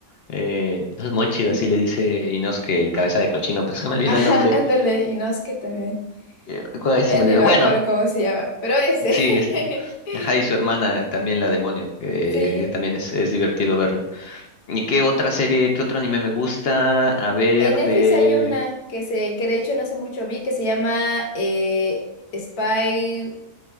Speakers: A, on the left; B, on the left.
A: Eh, entonces Monchi
B: <laughs>
A: así le dice Inos que el cabeza de cochino, pero se me olvidó
B: Ajá,
A: el nombre.
B: ándale, Inosuke también.
A: Eh, ay,
B: Ya
A: se me
B: ni
A: olvidó.
B: me
A: Bueno,
B: acuerdo cómo se llama, pero ese.
A: sí, este.
B: <laughs>
A: Ajá, y su hermana también la demonio, que
B: Sí.
A: que también es, es divertido verlo. ¿Y qué otra serie, qué otro anime me gusta? A ver,
B: En Netflix
A: de
B: hay una que se, que de hecho no hace mucho vi, que se llama eh, Spy,